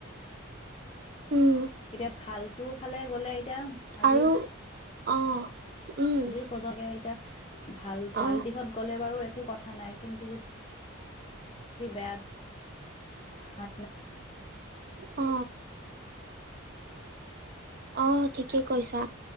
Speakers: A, on the right; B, on the left.
A: উম
B: এতিয়া ভাল টো ফালে গ'লে এতিয়া আজিৰ
A: আৰু অ উম
B: আজিৰ প্ৰজকে এতিয়া ভাল
A: অ
B: ভাল দিশত গ'লে বাৰু একো কথা নাই কিন্তু যদি ম বেয়া হাত ন
A: অ অ ঠিকে কৈছা